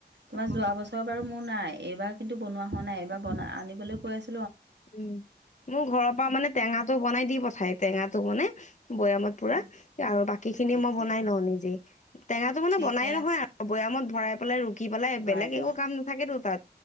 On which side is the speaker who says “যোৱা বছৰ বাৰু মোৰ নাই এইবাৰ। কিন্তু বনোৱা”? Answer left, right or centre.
Right